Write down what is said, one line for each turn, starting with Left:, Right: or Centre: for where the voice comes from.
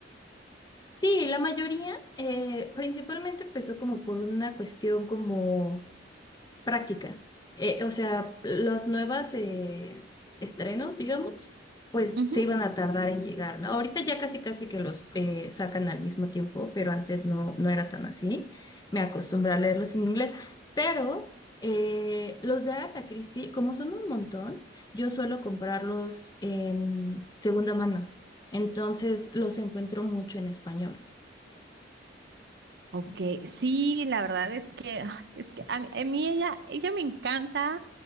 Left: Sí, la mayoría eh, principalmente empezó como por una cuestión como... práctica. Eh, o sea, las nuevas eh, estrenos, digamos, pues
Right: Ujú.
Left: se iban a tardar en llegar, ¿no? Ahorita ya casi casi que los eh, sacan al mismo tiempo, pero antes no, no era tan así. Me acostumbré a leerlos en inglés, pero eh, los de Agatha Christie, como son un montón, yo suelo comprarlos en segunda mano. Entonces los encuentro mucho en español.
Right: Ok, sí, la verdad es que, ay, es que a mí, a mí ella, ella me encanta,